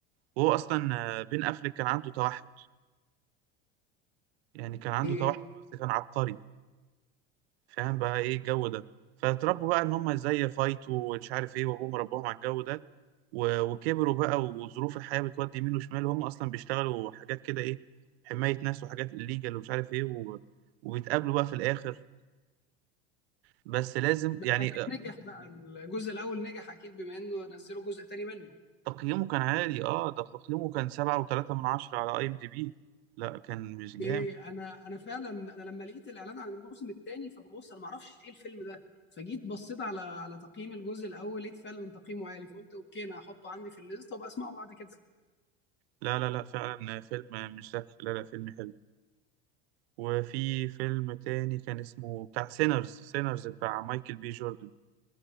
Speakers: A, on the right; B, on the left.
A: وهو اصلا آه، بين افليك كان عنده توحد يعني كان عنده
B: ايه
A: توحد بس كان عبقري فاهم بقى ايه الجو ده فاتربوا بقى ان هم ازاي يفايتوا ومش عارف ايه وابوهم رباهم على الجو ده و- وكبروا بقى وظروف الحياه بتودي يمين وشمال وهم اصلا بيشتغلوا حاجات كده ايه حمايه ناس وحاجات الليجال ومش عارف ايه و... وبيتقابلوا بقى في الاخر بس لازم
B: بس
A: يعني
B: اكيد
A: آه،
B: نجح بقى الجزء الاول نجح اكيد بما انه نزلوا جزء تاني منه
A: تقييمه كان عالي اه ده تقييمه كان سبعة وتلاتة من عشرة على اي ام دي بي لا كان مش جامد
B: ايه انا انا فعلا انا لما لقيت الاعلان عن الموسم الثاني فببص انا ما اعرفش ايه الفيلم ده فجيت بصيت على على تقييم الجزء الاول لقيت فعلا تقييمه عالي فقلت اوكي انا هحطه عندي في الليست وابقى اسمعه بعد كده
A: لا لا لا فعلا فيلم مش ذكي لا لا فيلم حلو وفي فيلم تاني كان اسمه بتاع سينرز سينرز بتاع مايكل بي جوردن